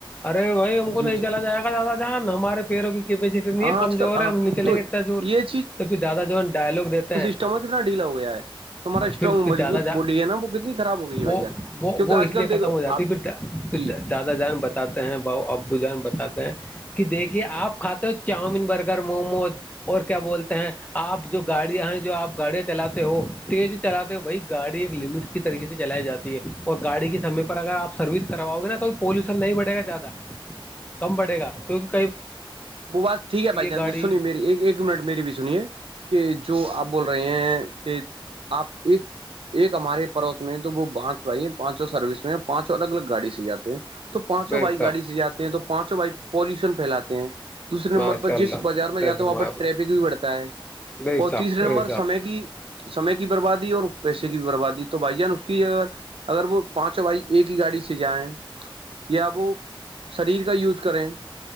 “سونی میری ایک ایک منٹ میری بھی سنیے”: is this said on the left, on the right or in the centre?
Right